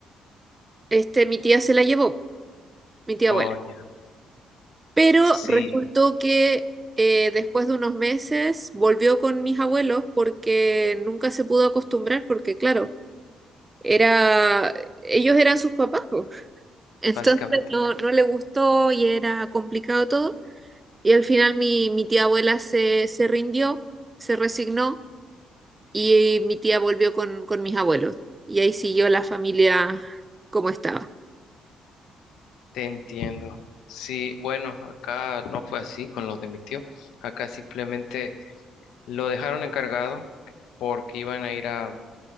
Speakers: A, on the right; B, on the left.
A: este, mi tía se la llevó. mi tía
B: Oh,
A: abuela.
B: ya.
A: Pero
B: Sí,
A: resultó que eh, después de unos meses volvió con mis abuelos porque nunca se pudo acostumbrar, porque claro, era, ellos eran sus papás, po. Entonces
B: básicamente.
A: no, no le gustó y era complicado todo. Y al final mi, mi tía abuela se, se rindió, se resignó y mi tía volvió con, con mis abuelos. Y ahí siguió la familia como estaba.
B: Te entiendo. Sí, bueno, acá no fue así con los de mi tío. Acá simplemente Lo dejaron encargado porque iban a ir a